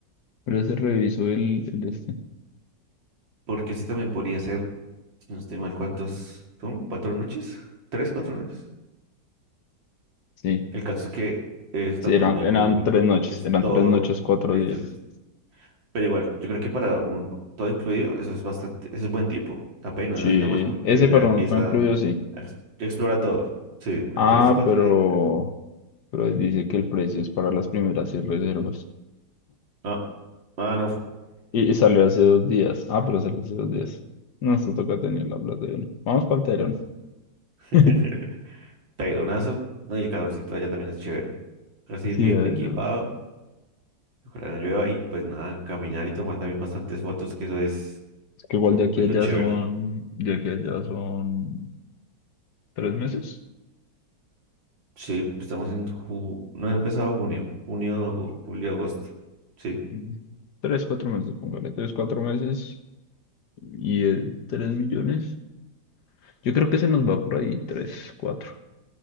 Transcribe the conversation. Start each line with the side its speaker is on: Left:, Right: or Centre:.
Left: espérese, reviso el, el este.
Right: Porque ese también podría ser, si no estoy mal, ¿cuántos son? ¿Cuatro noches? ¿Tres, cuatro noches?
Left: Sí,
Right: El caso es que eso
Left: sí,
Right: también
Left: eran,
Right: es muy económico
Left: eran tres noches,
Right: porque es
Left: eran
Right: todo
Left: tres noches, cuatro
Right: listo,
Left: días.
Right: listo. Pero igual, yo creo que para un todo incluido, eso es bastante, eso es buen tiempo. Apenas,
Left: Sí,
Right: no necesita más porque
Left: ese para
Right: ya empieza
Left: no está incluido, sí.
Right: a ex- explora todo. Sí, en
Left: Ah,
Right: tres, cuatro
Left: pero,
Right: días. yo-
Left: pero dice que el precio es para las primeras seis reservas.
Right: Ah, ah, no.
Left: Y, y salió hace dos días. Ah, pero salió hace dos días. No, esto toca tener la plata de uno. Vamos para el Tayrona.
Right: <laughs>
Left: <laughs>
Right: Taironazo, ¿no? y el calorcito allá también es chévere. Así ir
Left: Sí,
Right: bien
Left: ay,
Right: equipado,
Left: Dios.
Right: ojalá no llueva y pues nada, caminar y tomar también bastantes fotos, que eso es
Left: Es que igual
Right: también
Left: de aquí a allá
Right: lo chévere.
Left: son, de aquí a allá son tres meses.
Right: Sí, pues estamos en ju no ha empezado junio, junio, ago- julio, agosto. Sí,
Left: Ujú. Tres, cuatro meses, póngale, tres, cuatro meses y eh, tres millones. Yo creo que se nos va por ahí tres, cuatro.